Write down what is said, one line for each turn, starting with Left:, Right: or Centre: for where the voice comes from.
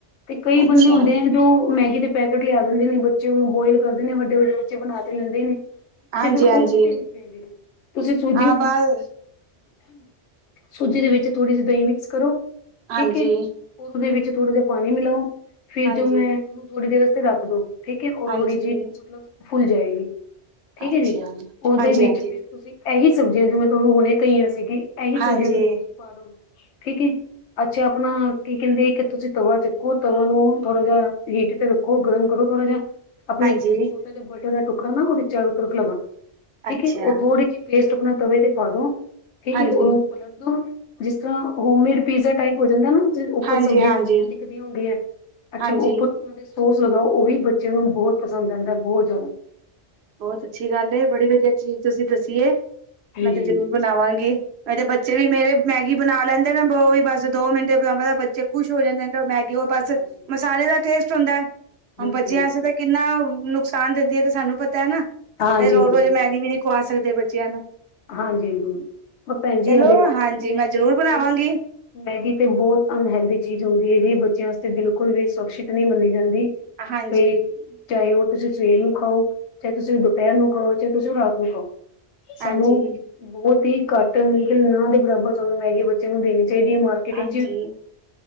Left: ਤੇ ਕਈ
Right: ਅੱਛਾ
Left: ਬੰਦੇ ਹੁੰਦੇ ਨੇ ਜੋ ਮੈਗੀ ਦੇ ਪੈਕੇਟ ਲਿਆ ਦਿੰਦੇ ਨੇ ਬੱਚੇ ਉਹਨੂੰ ਬੁਆਇਲ ਕਰਦੇ ਨੇ ਵੱਡੇ-ਵੱਡੇ ਬੱਚੇ ਬਣਾ ਤੇ ਲੈਂਦੇ ਨੇ।
Right: ਹਾਂਜੀ
Left: ਤੇ ਫਿਰ ਉਹ
Right: ਹਾਂਜੀ
Left: ਨਹੀਂ ਦੇਣੀ ਚਾਹੀ ਤੁਸੀਂ ਸੂਜੀ
Right: ਹਾਂ ਬਸ
Left: ਸੂਜੀ ਦੇ ਵਿੱਚ ਥੋੜ੍ਹੀ ਜਿਹੀ ਦਹੀਂ ਮਿਕਸ ਕਰੋ,
Right: ਹਾਂਜੀ
Left: ਠੀਕ ਹੈ ਉਹਦੇ ਵਿੱਚ ਥੋੜਾ ਜਾ ਪਾਣੀ ਮਿਲਾਓ, ਫਿਰ
Right: ਹਾਂਜੀ
Left: ਜੋ ਮੈਂ ਥੋੜੀ ਦੇਰ ਵਾਤੇ ਰੱਖ ਦੋ ਠੀਕ ਹੈ ਉਹ
Right: ਹਾਂਜੀ
Left: ਥੋੜੀ ਜਿਹੀ ਫੁੱਲ ਜਾਏਗੀ। ਠੀਕ
Right: ਅੱਛਾ
Left: ਹੈ ਜੀ, ਉਹਦੇ
Right: ਹਾਂਜੀ
Left: ਵਿੱਚ
Right: ਹਾਂਜੀ
Left: ਫਿਰ ਤੁਸੀਂ ਇਹੀ ਸਬਜ਼ੀਆਂ ਜਿਵੇਂ ਤੁਹਾਨੂੰ ਹੁਣੇ ਕਈਆਂ ਸੀਗੀ ਇਹੀ
Right: ਹਾਂਜੀ
Left: ਸਬਜੀਆਂ ਤੁਸੀਂ ਉਹਦੇ 'ਚ ਪਾ ਦੋ। ਠੀਕ ਏ, ਅੱਛਾ ਆਪਣਾ ਕੀ ਕਹਿੰਦੇ ਇੱਕ ਤੁਸੀਂ ਤਵਾ ਚੁੱਕੋ ਤਵਾ ਨੂੰ ਥੋੜਾ ਜਿਹਾ ਹੀ ਤੇ ਰੱਖੋ ਗਰਮ ਕਰੋ ਥੋੜਾ ਜਾ। ਆਪਣੇ
Right: ਹਾਂਜੀ,
Left: ਇੱਕ ਛੋਟੇ ਜਿਹਾ ਬਲਟੇ ਦਾ ਟੁਕੜਾ ਨਾ ਉਹਦੇ ਚਾਰੋ ਤਰਫ ਲਗਾ ਲਓ ਠੀਕ
Right: ਅੱਛਾ,
Left: ਏ ਉਹ ਥੋੜੀ ਜਿਹੀ ਪੇਸਟ ਸੁੱਕਨਾ ਤਵੇ ਤੇ ਪਾਦੋ, ਠੀਕ
Right: ਹਾਂਜੀ,
Left: ਏ ਉਹਨੂੰ ਖੋਲ ਦੋ। ਜਿਸ ਤਰ੍ਹਾਂ ਹੋਮਮੇਡ ਪੀਜ਼ਾ ਟਾਈਪ ਹੋ ਜਾਂਦਾ ਨਾ। ਉੱਪਰ
Right: ਹਾਂਜੀ,
Left: ਸਬਜ਼ੀਆਂ-ਸੁਬਜ਼ੀਆਂ
Right: ਹਾਂਜੀ,
Left: ਦਿਖਦੀ ਹੁੰਦੀਆਂ ਅੱਛਾ
Right: ਹਾਂਜੀ।
Left: ਉੱਪਰ ਅਫਸੋਸ ਲਗਾਓ ਉਹ ਵੀ ਬੱਚੇ ਨੂੰ ਬਹੁਤ ਪਸੰਦ ਆਂਦਾ ਬਹੁਤ ਜ਼ਿਆਦਾ।
Right: ਬਹੁਤ ਅੱਛੀ ਗੱਲ ਏ ਬੜੀ ਵਧੀਆ ਚੀਜ਼ ਤੁਸੀਂ ਦੱਸੀ ਏ,
Left: ਹਾਂਜੀ
Right: ਮੈਂ ਤੇ ਜਰੂਰ ਬਣਾਵਾਂਗੀ। ਇਹਦੇ ਬੱਚੇ ਵੀ ਮੇਰੇ ਮੈਗੀ ਬਣਾ ਲੈਂਦੇ ਨੇ ਉਹ ਵੀ ਬਸ ਦੋ ਮਿੰਟੇ ਬੱਚੇ ਖੁਸ਼ ਹੋ ਜਾਂਦੇ ਨੇ। ਮੈਗੀ ਹੋਰ ਬਸ
Left: ਹਾਂਜੀ
Right: ਮਸਾਲੇ ਦਾ ਟੇਸਟ ਹੁੰਦਾ,
Left: ਹਾਂਜੀ
Right: ਬੱਚਿਆਂ ਆਸਤੇ ਤਾਂ ਕਿੰਨਾ ਨੁਕਸਾਨ ਦਿੰਦੀ ਹੈ ਤੇ ਸਾਨੂੰ ਪਤਾ ਹੈ ਨਾ,
Left: ਹਾਂਜੀ
Right: ਤੇ ਰੋਜ਼-ਰੋਜ਼
Left: ਹਾਂਜੀ
Right: ਮੈਗੀ ਵੀ ਨੀ ਖਵਾ ਸਕਦੇ ਬੱਚਿਆਂ ਨੂੰ।
Left: ਹਾਂਜੀ ਜਰੂਰ ਪਰ ਭੈਣ
Right: ਚਲੋ
Left: ਜੀ ਆ ਦੇਖੋ
Right: ਹਾਂਜੀ
Left: ਮੈਗੀ
Right: ਮੈਂ ਜ਼ਰੂਰ ਬਣਾਵਾਂਗੀ।
Left: ਤੇ ਮੈਗੀ ਤੇ ਬਹੁਤ ਅਨਹੈਲਦੀ ਚੀਜ਼ ਹੁੰਦੀ ਹੈ ਜੀ ਬੱਚਿਆਂ ਆਸਤੇ। ਤੇ ਬਿਲਕੁਲ ਵੀ ਸੁਰੱਖਸ਼ਿਤ ਨਹੀਂ ਮੰਨੀ ਜਾਂਦੀ,
Right: ਹਾਂਜੀ,
Left: ਤੇ ਚਾਹੇ ਉਹ ਤੁਸੀਂ ਸਵੇਰ ਨੂੰ ਖਾਓ। ਚਾਹੇ ਤੁਸੀਂ ਉਹ ਦੁਪਹਿਰ ਨੂੰ ਖਾਓ ਚਾਹੇ ਤੁਸੀਂ ਉਹ ਰਾਤ ਨੂੰ ਖਾਓ
Right: ਹਾਂਜੀ,
Left: ਸਾਨੂੰ ਬਹੁਤ ਹੀ ਘੱਟ <unintelligible> ਨਾਂਹ ਦੇ ਬਰਾਬਰ ਸਾਨੂੰ ਮੈਗੀ ਬੱਚਿਆਂ ਨੂੰ ਦੇਣੀ ਚਾਹੀਦੀ ਹੈ ਮਾਰਕੀਟ
Right: ਹਾਂਜੀ,
Left: ਵਿੱਚ